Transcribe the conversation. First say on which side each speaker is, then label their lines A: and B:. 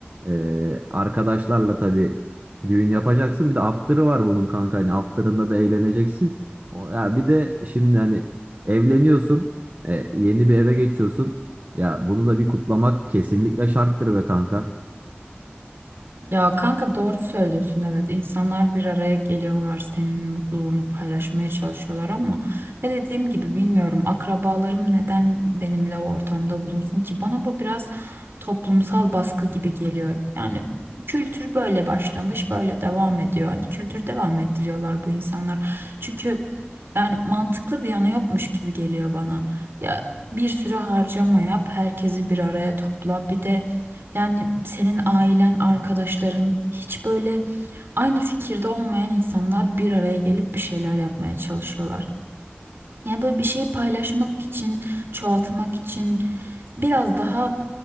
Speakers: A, on the right (about 45°); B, on the right (about 65°).
A: e, arkadaşlarla tabii düğün yapacaksın. Bir de after'ı var bunun kanka. Hani after'ında da eğleneceksin. O, ya bir de şimdi hani evleniyorsun, e, yeni bir eve geçiyorsun. Ya bunu da bir kutlamak kesinlikle şarttır be kanka.
B: Ya kanka doğru söylüyorsun evet insanlar bir araya geliyorlar senin mutluluğunu paylaşmaya çalışıyorlar ama ya dediğim gibi bilmiyorum akrabalarım neden benimle o ortamda bulunsun ki bana bu biraz toplumsal baskı gibi geliyor. Yani kültür böyle başlamış böyle devam ediyor hani kültür devam ettiriyorlar bu insanlar çünkü yani mantıklı bir yanı yokmuş gibi geliyor bana. Ya bir sürü harcama yap, herkesi bir araya topla. Bir de yani senin ailen, arkadaşların hiç böyle aynı fikirde olmayan insanlar bir araya gelip bir şeyler yapmaya çalışıyorlar. Yani böyle bir şeyi paylaşmak için, çoğaltmak için biraz daha mm,